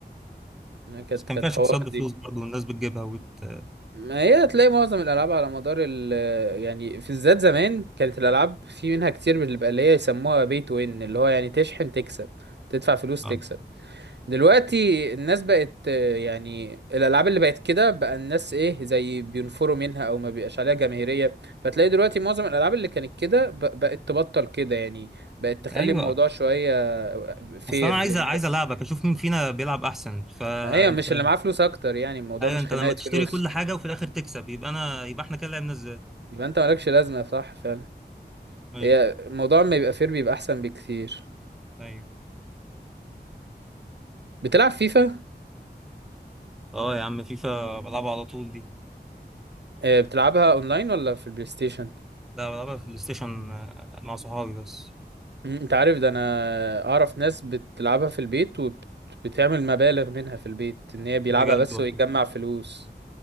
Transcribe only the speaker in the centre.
بس كان
فيها
شخصيات بفلوس
برضه والناس بتجيبها وت...
آه.
ايوه
اصل انا عايز
عايز العبك اشوف مين فينا بيلعب احسن فانت
ايوه
انت
لما تشتري
كل حاجه وفي الاخر تكسب يبقى انا يبقى احنا كده لعبنا ازاي
ايوه
ايوه
اه يا عم فيفا بلعبها على طول دي
لا بلعبها في البلاي ستيشن آه، مع صحابي بس
بجد
والله